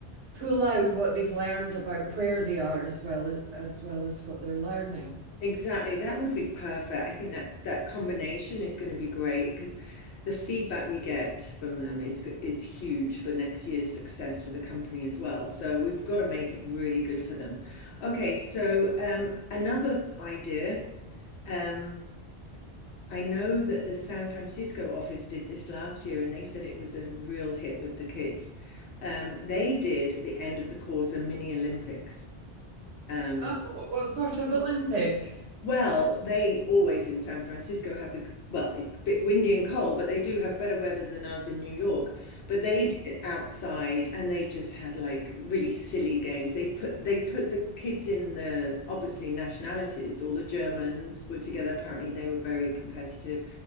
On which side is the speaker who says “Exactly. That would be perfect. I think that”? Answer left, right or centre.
Left